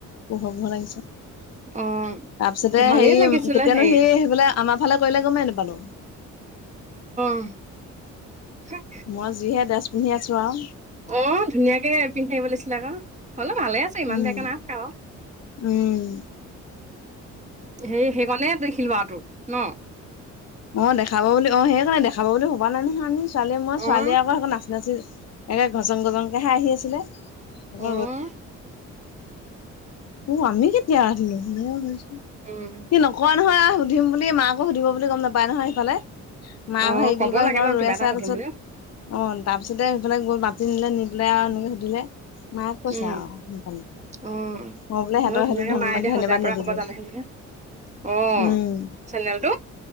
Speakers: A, on the left (about 55°); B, on the right (about 25°).
A: পোহৰ পোহৰ লাগিছে। তাপিছতে
B: অ ভালেই
A: হেৰি
B: লাগিছিলে
A: কেতিয়ানো
B: হেৰি
A: সি সেই বোলে আমাৰ ফালে কৰিলে গমেই নেপালোঁ।
B: উম, হু'।
A: মই যিহে ড্ৰেছ পিন্ধি আছো আও।
B: অঁ, ধুনীয়াকে পিন্ধি থাকিব লাগিছিলে আকৌ হ'লো ভালে আছে ইমান
A: উম
B: বেয়াকে নাই থকা বাৰু।
A: উম'
B: সেই সেইকণেই দেখিলোঁ আও তোক ন'।
A: অঁ' দেখাব বুলি অঁ' সেইকাৰণে দেখাব বুলি ভবা নাই নহয় আমি ছোৱালীয়ে মই ছোৱালীয়ে
B: অ
A: আক একো নাছ- নাছি এনেই ঘছং গজংকেহে আহি আছিলে। আকৌ
B: অঁ'
A: অও' আমি কেতিয়া আহিলো সেনেকেহে ভাবিছো,
B: উম
A: সি নকৱা নহয় আ- সুধিম বুলি মাকো সুধিব বুলি গম নাপায় নহয় সিফালে মাক
B: অ'
A: হেৰি
B: ক'ব
A: কি বুলি কয়
B: লাগে
A: সেইখনত
B: ন কিবা
A: ৰৈ আছে
B: এটা সুধিম
A: তাপিছত,
B: বুলি
A: - অঁ তাৰপিছতে সেইফালে গৈ মাতি নিলে নি পেলাই আও এনেকে সুধিলে মায়ে কৈছে
B: উম
A: আও। সেইখন
B: অ'
A: মই বোলে
B: হ'লেও
A: হেতৰ
B: ধুনীয়াকে
A: সেতোক ধন্যবাদ
B: মায়ে এতিয়া সজাই পৰা
A: নিদিলোৱে।
B: ক'ব জানে বুলিহে অ'
A: উম'
B: চেনেলটো।